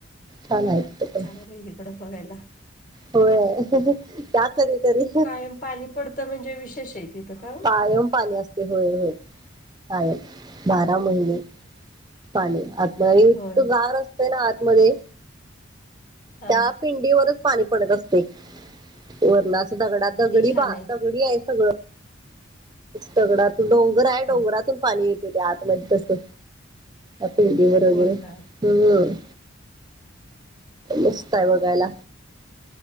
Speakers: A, on the right; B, on the left.
A: चाला आहे तिथे
B: चांगलं
A: पण
B: आहे इकडं बघायला
A: होय त्या कधीतरी
B: कायम पाणी पडतं म्हणजे विशेष आहे तिथं का
A: पाय येन पाणी असत होय होय काय बारा महिने पाणी आणि इतकं
B: होय
A: गार असतंय ना आतमध्येध्ये
B: हा
A: त्या पिंडीवरच पाणी पडत असते वरला दगडा
B: किती
A: दगडी
B: छान
A: बा दगडी आहे सगळं दगडातून डोंगर आहे
B: हा
A: डोंगरातून पाणी येते ते आतमध्ये तस अपे बरगैर
B: होय का
A: हम् मस्त आहे बघायला